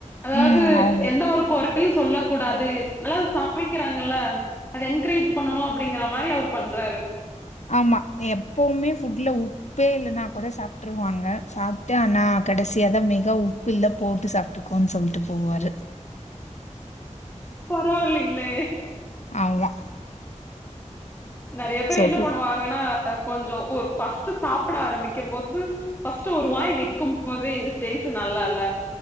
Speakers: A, on the left; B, on the left.
A: அதாவது
B: ம் அவங்க
A: எந்த ஒரு கொற யு சொல்ல கூடாது நல்லா சமைக்கிறாங்கள்ல அத என்கரேஜ் பண்ணணு அப்டிங்கிற மாரி அவரு பண்றாரு
B: ஆமா எப்பவுமே ஃபுட்ல உப்பே இல்லன்னா கூட சாப்ட்ருவாங்க சாப்ட்டு ஆனா கடைசியா தா மேகா உப்பு இல்ல போட்டு சாப்ட்டுக்கோனு சொல்ட்டு போவாரு
A: பரவால்லிங்களே
B: அதுதா
A: நெறைய பேர்
B: சோ
A: என்ன
B: ஃபுட்
A: பண்ணுவாங்கன்னா கொஞ்சோ ஒ ஃபஸ்ட்டு சாப்ட ஆரம்பிக்கம் போ து ஃபஸ்ட்டு ஒரு வாய் வைக்கும் போதே இது டேஸ்ட்டு நல்லா இல்ல